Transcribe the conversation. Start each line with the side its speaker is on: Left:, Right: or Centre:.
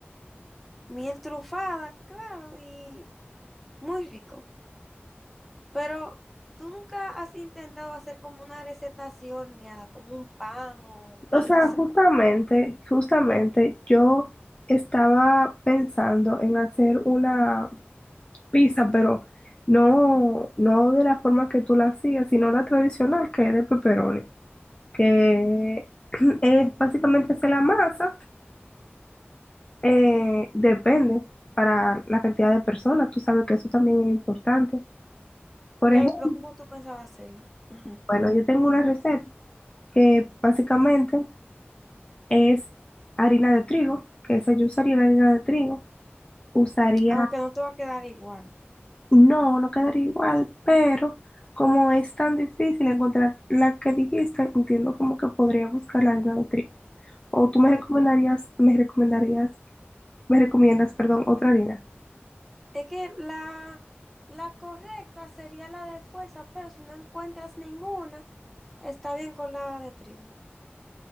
Centre: Miel trufada, claro, y Muy rico. Pero tú nunca has intentado hacer como una receta así horneada, como un pan o pizza.
Left: O sea, justamente, justamente yo estaba pensando en hacer una pizza, pero no, no de la forma que tú la hacías, sino la tradicional, que es de pepperoni, que <clears throat> es básicamente hacer la masa, eh, depende para la cantidad de personas, tú sabes que eso también es importante. Por
Centre: Claro,
Left: ejemplo,
Centre: pero ¿cómo tú pensabas hacerla? Ujú.
Left: bueno, yo tengo una receta que básicamente es harina de trigo, que esa yo usaría la harina de trigo usaría,
Centre: Aunque no te va a quedar igual.
Left: no, no quedaría igual, pero como es tan difícil encontrar la que dijiste, entiendo como que podría buscar la harina de trigo. O tú me
Centre: Ok.
Left: recomendarías, me recomendarías, me recomiendas, perdón, otra harina.
Centre: Es que la, la correcta sería la de fuerza, pero si no encuentras ninguna, está bien con la de trigo.